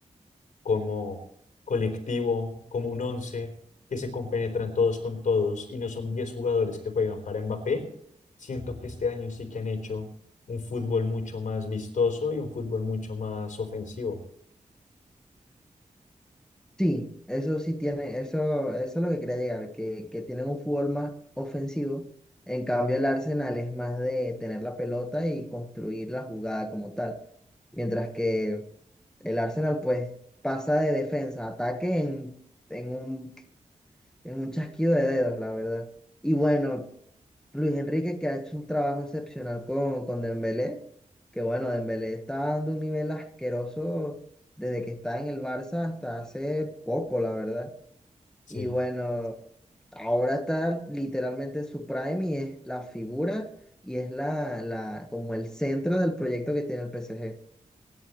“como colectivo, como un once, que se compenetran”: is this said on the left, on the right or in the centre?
Left